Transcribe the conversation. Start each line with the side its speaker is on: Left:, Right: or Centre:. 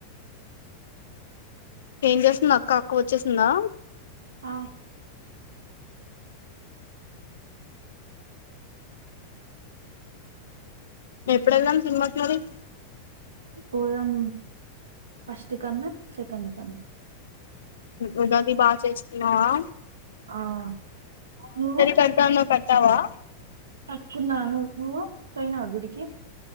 Left: ఏం చేస్తున్నా అక్క అక్క వచ్చేసిందా.
Right: ఆ
Left: ఎప్పుడు వెళ్దాం సినిమాకి మరి
Right: పోయాం ఫస్ట్ కన్న సెకండ్ కన్నా
Left: ఉగాది బాగా చేస్తుకున్నావా
Right: ఆ అవును
Left: కడతా అన్నావ్ కట్టావా
Right: కట్టుకున్నాను నువ్వు పోయినావ గుడికి